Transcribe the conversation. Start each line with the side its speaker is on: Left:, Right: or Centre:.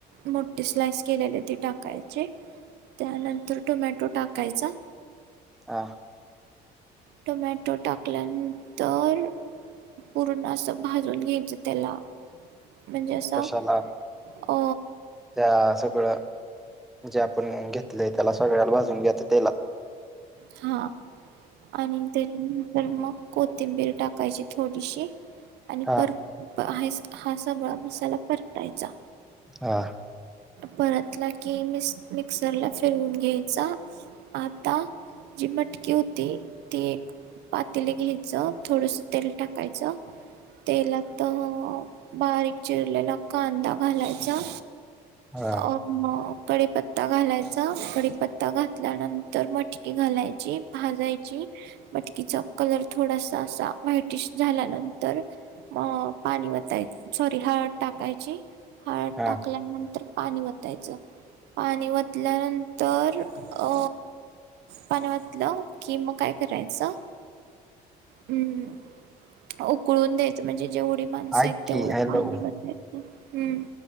Right: मोठे स्लाइस केलेले ते टाकायचे त्यानंतर टोमॅटो टाकायचा
Centre: हा
Right: टोमॅटो टाकल्यानंतर पूर्ण असं भाजून घ्यायचं त्याला म्हणजे असं
Centre: कशाला
Right: अ
Centre: त्या सगळं जे आपण घेतलंय त्याला सगळ्याला भाजून घ्यायच तेलात
Right: हा आणि त्याच्या नंतर मग कोथिंबीर टाकायची थोडीशी आणि
Centre: हा
Right: पर आहे हा सगळा मसाला परतायचा
Centre: हा
Right: परतला की मिक्सर ला फिरवून घ्यायचा आता जी मटकी होती ती एक पातेल घ्यायचं थोडस तेल टाकायचं तेलात बारीक चिरलेला कांदा घालायचा
Centre: हा
Right: अ म कडीपत्ता घालायचा कडीपत्ता घातल्यानंतर मटकी घालायची भाजायची मटकीचा कलर थोडासा असा व्हाईटिश झाल्यानंतर अ पाणी वताय सॉरी हळद टाकायची हळद
Centre: हा
Right: टाकल्यानंतर पाणी वतायचं पाणी वतल्यानंतर अ पाणी ओतलं की मग काय करायचं हम्म उकळून द्यायचं म्हणजे जेवढी माणसं
Centre: ऐक
Right: आहेत
Centre: की
Right: तेवढं
Centre: हॅलो
Right: पाणी हम्म